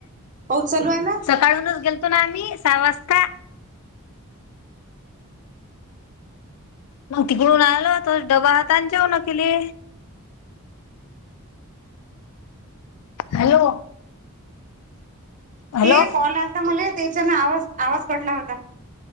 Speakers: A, on the right; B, on the left.
A: पाऊस चालू आहे ना
B: काळूनच गेलो ना आम्ही सहा वाजता मग तिकडून आल तो डबा हाता आणि जेव न केले हॅलो हॅलो
A: ते कॉल आलता मला त्याच्यान आवाज आवाज कटला होता